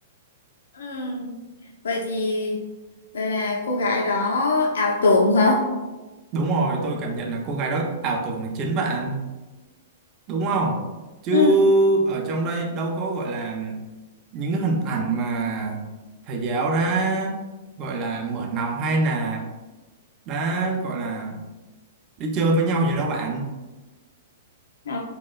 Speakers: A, on the left (about 75°); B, on the right (about 35°).
A: ừ. vậy thì vậy là cô gái đó ảo tưởng hả
B: Đúng rồi, tôi cảm nhận là cô gái đó ảo tưởng là chính bạn. Đúng không? Chứ
A: ừ.
B: ở trong đây đâu có gọi là những cái hình ảnh mà thầy giáo đã gọi là mở lòng hay là đã gọi là đi chơi với nhau gì đâu bạn.
A: Ờ,